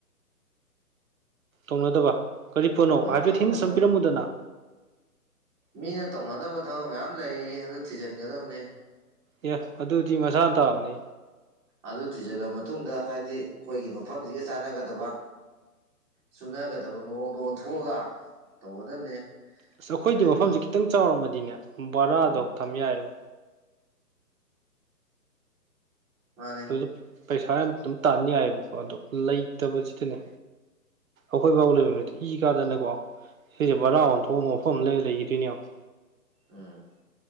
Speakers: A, on the right; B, in the centre.
A: ꯇꯧꯅꯗꯕ ꯀꯔꯤ ꯄꯣꯠꯅꯣ ꯍꯥꯏꯐꯦꯠ
B: ꯇꯧꯅꯗꯕ
A: ꯍꯤꯟꯁ ꯑꯃ ꯄꯤꯔꯝꯃꯨꯗꯅ
B: ꯃꯤꯅ ꯇꯧꯅꯗꯕ ꯊꯕꯛ ꯃꯌꯥꯝ ꯂꯩꯌꯦ ꯑꯗꯨ ꯊꯤꯖꯤꯟꯒꯗꯕꯅꯤ
A: ꯑꯦ ꯑꯗꯨꯗꯤ ꯃꯁꯥꯅ ꯇꯥꯕꯅꯦ
B: ꯑꯗꯨ ꯊꯤꯖꯜꯂ ꯃꯇꯨꯡꯗ ꯍꯥꯏꯗꯤ ꯑꯩꯈꯣꯏꯒꯤ ꯃꯐꯝꯖꯤꯒ ꯆꯥꯟꯅꯒꯗꯕ ꯆꯨꯅꯒꯗꯕ ꯃꯑꯣꯡꯗ ꯑꯣꯟꯊꯣꯛꯑꯒ ꯇꯧꯒꯗꯕꯅꯦ
A: ꯑꯁ ꯑꯩꯈꯣꯏꯗꯤ
B: ꯑꯗ
A: ꯃꯐꯝꯖꯦ
B: ꯃꯤ
A: ꯈꯤꯇꯪ ꯆꯥꯎꯔꯝꯃꯗꯤꯅꯦ ꯕꯔꯥꯗꯣ
B: ꯎꯝ
A: ꯊꯝ ꯌꯥꯏꯕ
B: ꯃꯥꯟꯅꯦ
A: ꯑꯗꯨꯗ ꯄꯩꯁꯥ ꯌꯥꯝ ꯗꯨꯝ ꯇꯥꯟ ꯌꯥꯏꯕꯀꯣ ꯑꯗꯣ ꯂꯩꯇꯕꯖꯤꯗꯅꯦ ꯑꯈꯣꯏ ꯕꯥꯥꯎ ꯂꯩꯕꯝ ꯂꯩꯇꯦ ꯏ ꯀꯥꯗꯅꯀꯣ ꯁꯤꯁꯦ ꯕꯔꯥ ꯑꯣꯟꯊꯣꯛꯑꯃ ꯃꯐꯝ ꯑꯃ ꯂꯩꯔ ꯂꯩꯒꯤꯗꯣꯏꯅꯦ ꯌꯣꯡꯉꯣ
B: ꯎꯝ